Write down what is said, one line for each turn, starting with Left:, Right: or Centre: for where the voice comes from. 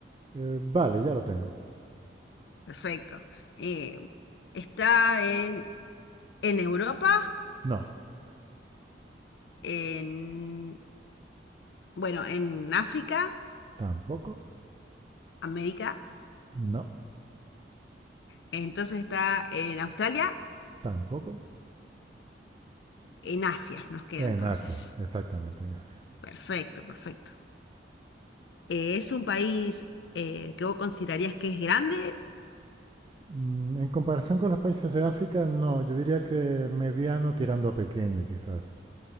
Right: Eh, vale, ya lo tengo.
Left: Perfecto. Eh, está en, en Europa,
Right: No,
Left: en, bueno, en África,
Right: tampoco.
Left: América.
Right: No,
Left: Entonces está en Australia,
Right: tampoco.
Left: en Asia nos queda
Right: En
Left: entonces.
Right: Asia, exactamente, en Asia.
Left: Perfecto, perfecto. Eh, ¿es un país eh, que vos considerarías que es grande?
Right: Mm, en comparación con los países de África, no, yo diría que mediano tirando a pequeño quizás,